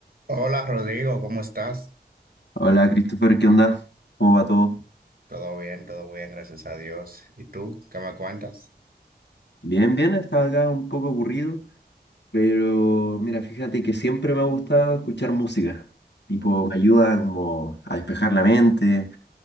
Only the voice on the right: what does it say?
Hola Rodrigo, ¿cómo estás?
Todo bien, todo bien, gracias a Dios. ¿Y tú qué me cuentas?